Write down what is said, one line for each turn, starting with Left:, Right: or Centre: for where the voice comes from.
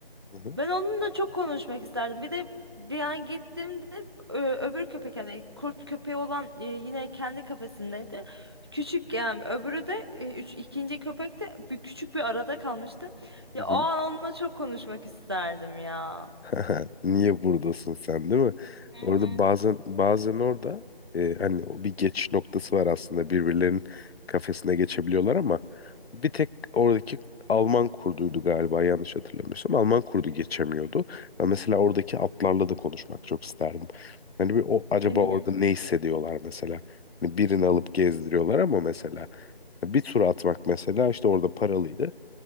Left: hı.
Right: Ben onunla çok konuşmak isterdim. Bir de bir an gittiğimde ö- öbür köpek yani kurt köpeği olan e, yine kendi kafesindeydi. Küçük yani öbürü de e, üç, ikinci köpek de bir, küçük bir arada kalmıştı. Ya
Left: Hı hı.
Right: o an onunla çok konuşmak isterdim ya.
Left: <laughs> Niye buradasın sen değil mi?
Right: Hı
Left: Orada
Right: hı.
Left: bazen bazen orada e, hani o bir geçiş noktası var aslında birbirlerinin kafesine geçebiliyorlar ama bir tek oradaki Alman kurduydu galiba yanlış hatırlamıyorsam Alman kurdu geçemiyordu. Ben mesela oradaki atlarla da konuşmak çok isterdim. Hani bir o acaba
Right: Değil mi?
Left: orada ne hissediyorlar mesela? Hani birini alıp gezdiriyorlar ama mesela bir tur atmak mesela işte orada paralıydı.